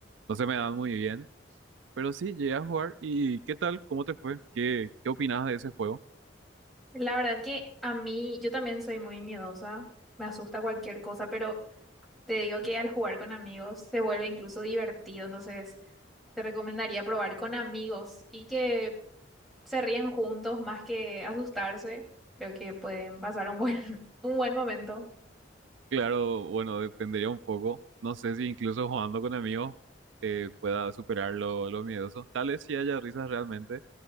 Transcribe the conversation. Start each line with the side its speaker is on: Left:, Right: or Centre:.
Right: No se me dan muy bien, pero sí, llegué a jugar. ¿Y qué tal? ¿Cómo te fue? ¿Qué, qué opinabas de ese juego?
Centre: La verdad que a mí, yo también soy muy miedosa, me asusta cualquier cosa, pero Te digo que al jugar con amigos se vuelve incluso divertido, entonces te recomendaría probar con amigos y que se rían juntos más que asustarse. Creo que pueden pasar un buen, <laughs> un buen momento.
Right: Claro, bueno, dependería un poco. No sé si incluso jugando con amigos eh, pueda superar lo, lo miedoso. Tal vez sí haya risas realmente